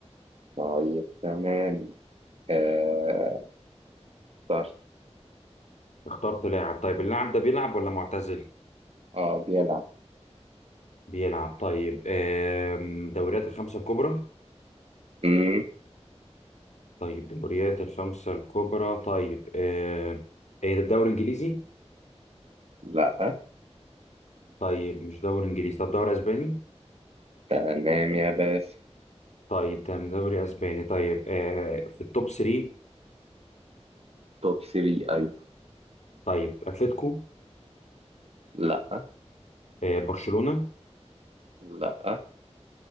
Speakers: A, on the right; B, on the left.
A: طيب تمام آه طرش.
B: اخترت لاعب طيب اللاعب ده بيلعب ولا معتزل؟
A: اه بيلعب
B: بيلعب طيب آم، دوريات الخمسة الكبرى
A: مم.
B: طيب دوريات الخمسة الكبرى طيب آم، ايه ده الدوري الانجليزي؟
A: لا
B: طيب مش دوري انجليزي طب دوري اسباني؟
A: تمام يا باشا
B: طيب تمام دوري اسباني طيب آه، في التوب 3
A: توب 3 ايوه
B: طيب اتلتيكو
A: لا
B: آه، برشلونة
A: لا